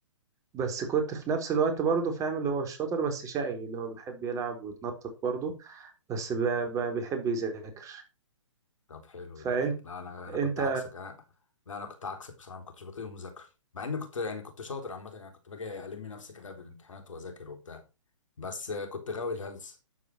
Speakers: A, on the right (about 20°); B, on the left (about 75°).
A: بس كنت في نفس الوقت برضه فاهم اللي هو الشاطر بس شقي اللي هو بيحب يلعب ويتنطط برضه بس ب- ب- بيحب يذاكر
B: طب حلو
A: فانت
B: ده لا أنا
A: انت
B: أنا كنت عكسك أنا لا أنا كنت عكسك بصراحة ما كنتش بطيق مذاكرة مع إني كنت يعني كنت شاطر عامة يعني كنت باجي ألم نفسي كده قبل الامتحانات وأذاكر وبتاع بس كنت غاوي الهلس